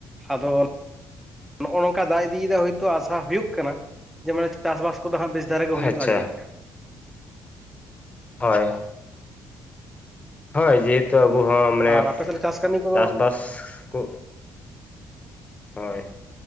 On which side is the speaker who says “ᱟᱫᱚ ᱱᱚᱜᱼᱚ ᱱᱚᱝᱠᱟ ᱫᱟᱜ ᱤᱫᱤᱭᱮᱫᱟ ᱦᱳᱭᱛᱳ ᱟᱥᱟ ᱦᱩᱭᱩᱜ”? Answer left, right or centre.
Centre